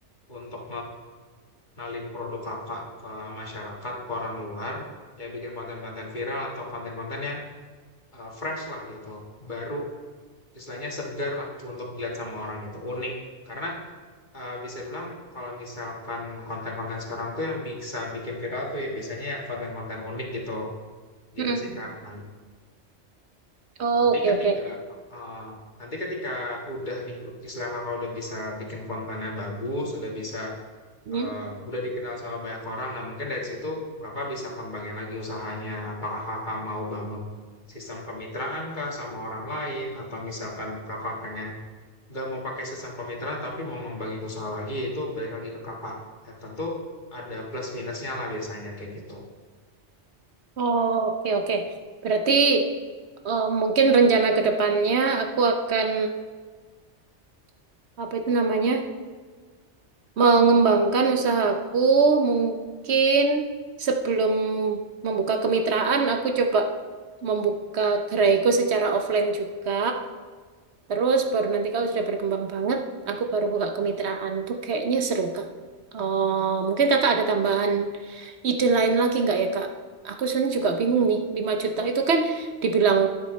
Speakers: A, on the left (about 40°); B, on the right (about 65°).
A: untuk nalin produk kakak ke masyarakat, ke orang luar. Ya bikin konten-konten viral atau konten-konten yang eh, fresh lah gitu. Baru istilahnya segar lah untuk dilihat sama orang gitu. Unik. Karena Eee, bisa dibilang kalau misalkan konten-konten sekarang tuh yang bisa bikin viral tuh ya biasanya yang konten-konten unik gitu, gitu
B: Mm-mm.
A: sih Kak. Nan
B: Oh,
A: nanti
B: oke,
A: ketika
B: oke.
A: heeh, nanti ketika udah nih istilah Kakak udah bisa bikin kontennya bagus, udah bisa,
B: Hmm?
A: eee, udah dikenal sama banyak orang, nah mungkin dari situ Kakak bisa kembangin lagi usahanya. Apakah Kakak mau bangun sistem kemitraankah sama orang lain atau misalkan Kakak pengen nggak mau pakai sistem kemitraan tapi mau ngembangin usaha lagi itu balik lagi ke kakak. Ya, tentu ada plus minusnya lah biasanya kayak gitu.
B: Oh, oke, oke. Berarti eh, mungkin rencana ke depannya aku akan, apa itu namanya, mengembangkan usahaku mungkin sebelum membuka kemitraan, aku coba membuka geraiku secara offline juga. Terus baru nanti kalau sudah berkembang banget, aku baru buka kemitraan. Itu kayaknya seru, Kak. Eh, mungkin Kakak ada tambahan ide lain lagi nggak ya, Kak? Aku sebenarnya juga bingung nih, 5 juta itu kan dibilang